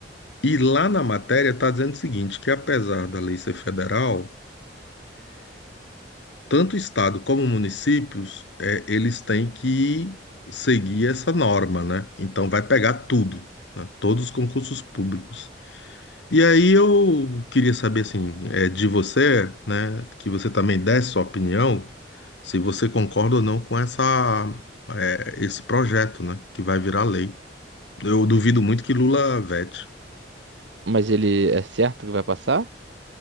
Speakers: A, on the left (about 75°); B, on the right (about 80°).
A: E lá na matéria está dizendo o seguinte, que apesar da lei ser federal tanto o estado como municípios, é, eles têm que seguir essa norma, né? Então vai pegar tudo, né? Todos os concursos públicos. E aí eu queria saber assim, é, de você, né? Que você também desse sua opinião, se você concorda ou não com essa, é, esse projeto, né? Que vai virar lei. Eu duvido muito que Lula vete.
B: Mas ele é certo que vai passar?